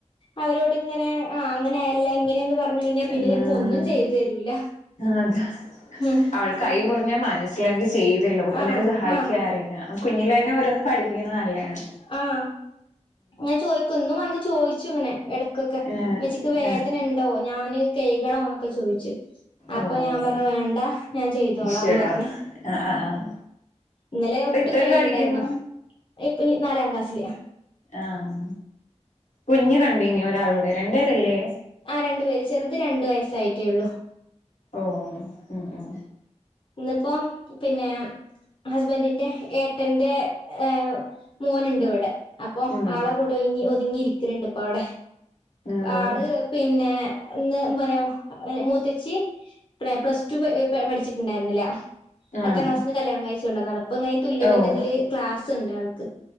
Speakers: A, on the left (about 45°); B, on the left (about 85°).
A: അവരോട് ഇങ്ങനെ ആ അങ്ങനെയല്ല ഇങ്ങനെയന്ന് പറഞ് പറഞ്ഞഴിഞ്ഞാ പിന്നെ
B: ആഹ്
A: ചെലപ്പോ ഒന്നും ചെയ്തരൂല
B: ആഹ് അതാ
A: ഉഹ്.
B: അവൾക്ക് കൈ മുറിഞ്ഞ മനസ്സിലാക്കി ചെയ്തല്ലോ അവക്ക്ന്നെന്നെ
A: ആ
B: സഹായിക്കാൻ
A: ആ
B: അറിയാം. കുഞ്ഞിലേന്നെ ഓരോന്ന്. പഠിപ്പിക്കുന്നത് നല്ലാണ്
A: ആഹ് ങ്ങനെ ചോയ്ക്കും ന്നും വന്ന് ചോയിച്ച് ഇങ്ങനെ എട. കൊക്കെ
B: ഏഹ്
A: മ്മച്ചിക്ക് വേദന
B: ഏഹ്
A: ഉണ്ടോ ഞാന് കഴ്കണോ ചോയിച്ചു അപ്പൊ
B: ഓഹ്
A: ഞാൻ പറഞ്ഞു വേണ്ട ഞാൻ ചെയ്തോളാന്ന്
B: ഈശ്വടാ
A: പറഞ്.
B: ആഹ് ആഹ് ആഹ്
A: ഇന്നലെ
B: ഇപ്പൊ
A: ഒട്ടും
B: എത്രേല്
A: കയ്യിലുണ്ടായിരുന്നു.
B: പഠിക്കുന്നു
A: ഇപ്പൊ നാലാം ക്ലാസ്സില
B: ആഹ് കുഞ്ഞ് കണ്ടീനി ഒരാളുടെ രണ്ടേരല്ലേ.
A: ആ രണ്ടു പേര് ചെറുത് രണ്ടു വയസ്സായിട്ടേള്ളു.
B: ഓഹ് ഉം ഉം
A: ഇന്നിപ്പോ പിന്നെ. ഹസ്ബന്റിന്റെ ഏട്ടന്റെ ഏഹ് മോന്ണ്ട് ഇവിടെ. അപ്പൊ
B: ഉം
A: ആളെ കൂടെ ഒര്ങ്ങി ഒതുങ്ങി ഇരിക്കുന്നുണ്ട് ഇപ്പൊ അവിടെ
B: ഓഹ്
A: ആള് പിന്നെ. ന്ന് എ മ മൂത്തച്ചി പ്ല പ്ലസ് ടു പഠിച്ചിട്ടുണ്ടായിരുന്നില്ല. പത്താം
B: ആഹ്
A: ക്ലാസ്സിൽന്ന് കല്യാണം കഴ്ച്കൊണ്ടന്നതാ ഇപ്പ ഇങ്ങന തുല്യതിന്റെ
B: ഓഹ്
A: ഇതില് ക്ലാസ് ഇണ്ട് ആൾക്ക്.